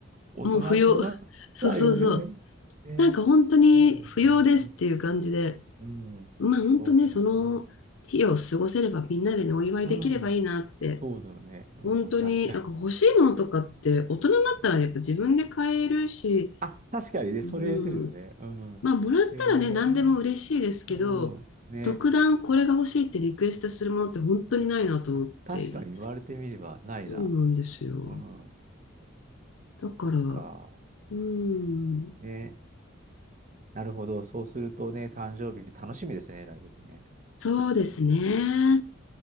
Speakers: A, on the right; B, on the left.
A: 大人はそうなっちゃうよね。
B: う、もう不要。<laughs> そうそうそう。
A: ね。
B: なんか本当に不要ですっていう感じで、
A: そうだよね。うん。うん。
B: まあ本当ね、
A: そうだよね。
B: その日を過ごせればみんなでね、お祝いできればいいなって、
A: うん。そうだよね。うん。
B: 本当になんか欲しいものとかって大人になったらやっぱ自分で買えるし、
A: 確かに。あ、確かにね、
B: う
A: それ出てるよね。
B: ん、
A: うん。
B: まあもらったらね、
A: へえ、
B: 何でも嬉しいですけど、
A: うん。ね。
B: 特段これが欲しいってリクエストするものって本当にないなと思って、
A: あ、確かに言われてみればないな。
B: そうなんですよ。
A: うん。
B: だから、
A: そっか。
B: うん、
A: ね。なるほど。そうするとね、誕生日楽しみですね、来月ね。
B: そうですね。